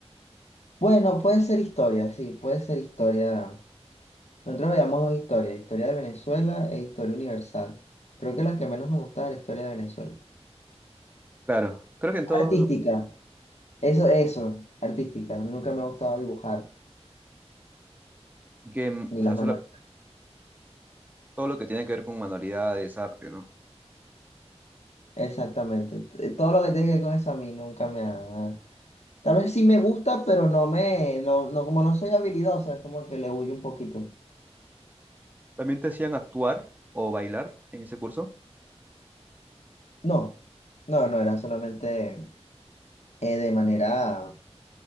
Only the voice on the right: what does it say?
Claro, creo que en todo,
y que, mm,
o sea,
solo, todo lo que tiene que ver con manualidades, arte, ¿no?
También te hacían actuar o bailar en ese curso,